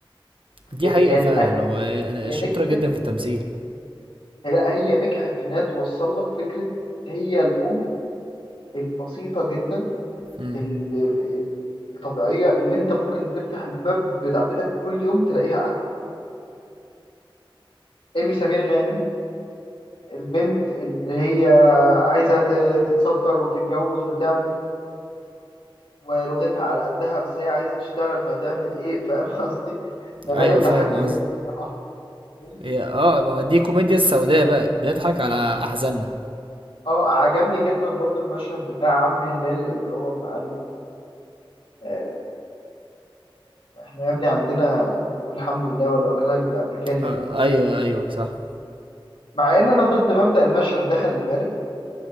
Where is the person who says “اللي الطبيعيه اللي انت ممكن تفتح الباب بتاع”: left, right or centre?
Left